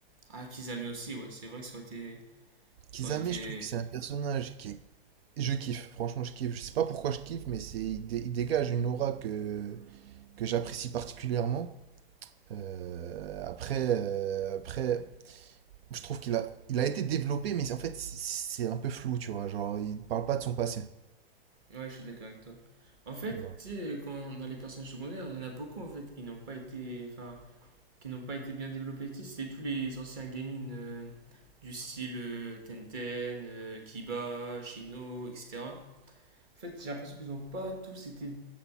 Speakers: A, on the right; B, on the right.
A: Ah, Kizame aussi, ouais, c'est vrai que ça aurait été. Ça
B: Kisame,
A: aurait été.
B: je trouve que c'est un personnage qui est... Je kiffe, franchement, je kiffe. Je sais pas pourquoi je kiffe, mais c'est... il dé- il dégage une aura que, que j'apprécie particulièrement. Euh, après, euh, après, je trouve qu'il a, il a été développé, mais en fait, c'est un peu flou, tu vois. Genre, il parle pas de son passé.
A: Ouais, je suis d'accord avec toi. En fait,
B: tu
A: tu sais, quand dans les personnages secondaires, il y en a beaucoup en fait qui n'ont pas été. Enfin, qui n'ont pas été bien développés ici, c'est tous les anciens genin euh, du style euh, Tenten, euh, Kiba, Shino, etc. En fait, j'ai l'impression qu'ils n'ont pas tous été